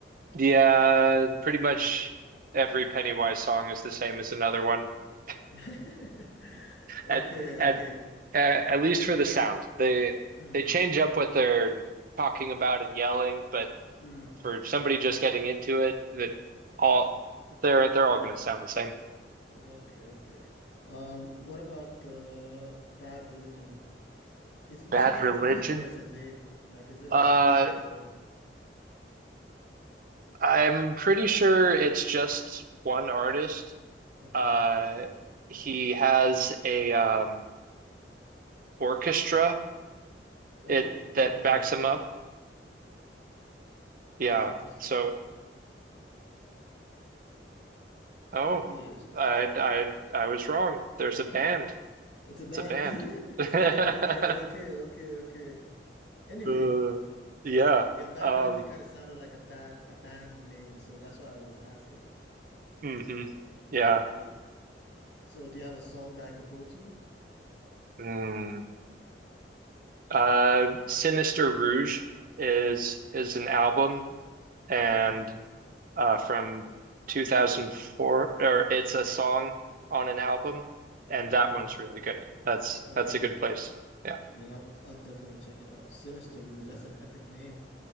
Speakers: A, on the right; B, on the left.
A: Yeah, pretty much every Pennywise song is the same as another one. <laughs>
B: <laughs> Okay,
A: At at
B: okay.
A: uh, at least for the sound. They
B: Mm,
A: they change up what they're talking about and yelling, but
B: mm.
A: for somebody just getting into it, that all they're they're all going to sound the same.
B: Okay, okay. Um, what about the Bad Religion? Is you
A: Bad
B: said it's
A: Religion.
B: a he or it's a they? Like, is it
A: Uh,
B: a band or
A: I'm pretty sure it's just one artist.
B: okay.
A: Uh, he has a um orchestra
B: Oh,
A: it
B: okay.
A: that backs him up. Yeah.
B: That's interesting.
A: So, oh,
B: Yes.
A: I I I was wrong. There's a band.
B: It's a band.
A: It's a band.
B: <laughs>
A: <laughs>
B: Okay, okay, okay, okay. Anyway,
A: Uh, yeah.
B: yeah, Bad
A: Um.
B: Religion kind of sounded like a bad a band name, so that's why I was asking.
A: hmm Yeah.
B: Yeah. So do you have a song that I could go to?
A: Mm. Uh. Sinister Rouge is is an album, and
B: Okay.
A: uh, from 2004, or it's a song on an album, and
B: hmm
A: that one's really good. That's
B: Okay.
A: that's a good place. Yeah.
B: Yeah, I'll I'll definitely check it out. Sinister Rouge, that's an epic name.